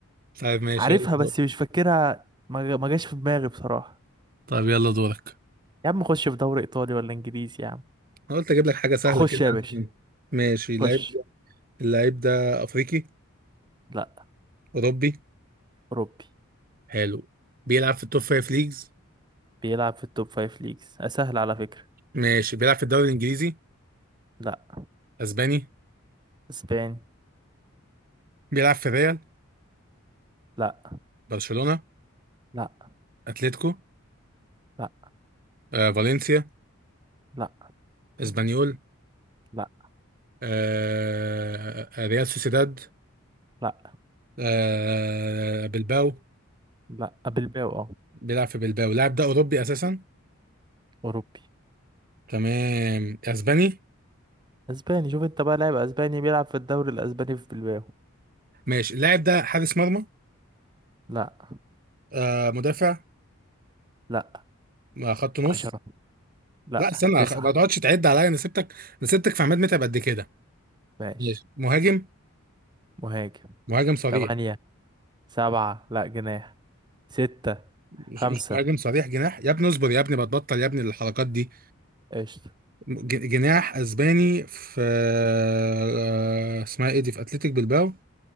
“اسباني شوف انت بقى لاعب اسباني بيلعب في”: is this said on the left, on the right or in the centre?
Right